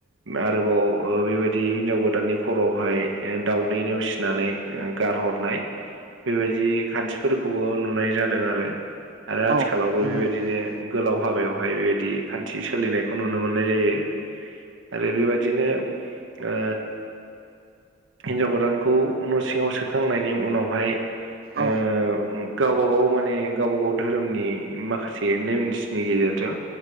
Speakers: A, on the right; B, on the right.
A: आरोबाव ओ बेबायदि हिनजाव गोदाननि खर'आवहाय दाउदै नेवसिनानै गारहरनाय बेबायदि खान्थिफोरखौबो नुनाय जादों आरो आरो आथिखालावबो
B: औ नंगौ
A: बेबायदिनो
B: नंगौ
A: गोलाव हाबायावहाय बेबायदि खान्थि सोलिनाय खौ नुनो मोननाय जायो आरो बेबादिनो ओ हिनजाव गोदानखौ न' सिङाव सोखांनायनि उनावहाय ओ
B: औ
A: गावबा गाव माने गावबा गाव धोरोमनि माखासे नेम निथिनि गेजेरजों